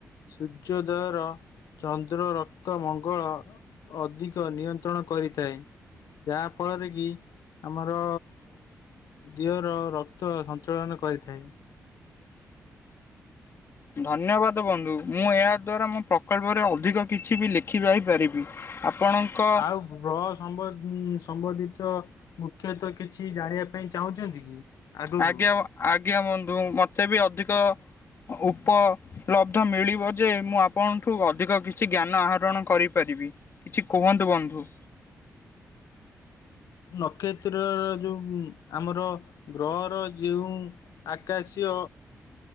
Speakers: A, on the left; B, on the left.
A: ସୂର୍ଯ୍ୟୋଦୟର ଚନ୍ଦ୍ର ରକ୍ତ ମଙ୍ଗଳ। ଅଧିକ ନିୟନ୍ତ୍ରଣ କରିଥାଏ। ଏହା ଫଳରେ କି ଆମର ଦିହର ରକ୍ତ ସଞ୍ଚଳନ କରିଥାଏ।
B: ଧନ୍ୟବାଦ ବନ୍ଧୁ ମୁଁ ଏହା ଦ୍ୱାରା ମୋ ପ୍ରକଳ୍ପରେ ଅଧିକ କିଛି ବି ଲେଖି ଯାଇ ପାରିବି। ଆପଣଙ୍କ
A: ଆଉ ଗ୍ରହ ସମ୍ବ ସମ୍ବନ୍ଧିତ ମୁଖ୍ୟତଃ କିଛି ଜାଣିବା ପାଇଁ ଚାହୁଁଛନ୍ତି କି? ଆଗକୁ
B: ଆଜ୍ଞା ଆଜ୍ଞା ବନ୍ଧୁ ମତେ ବି ଅଧିକ ଉପଲବ୍ଧ ମିଳିବ ଯେ ମୁଁ ଆପଣଠୁ ଅଧିକ କିଛି ଜ୍ଞାନ ଆହରଣ କରିପାରିବି। କିଛି କୁହନ୍ତୁ ବନ୍ଧୁ?
A: ନକ୍ଷତ୍ରର ଯେଉଁ ଆମର ଗ୍ରହର ଯେଉଁ ଆକାଶୀୟ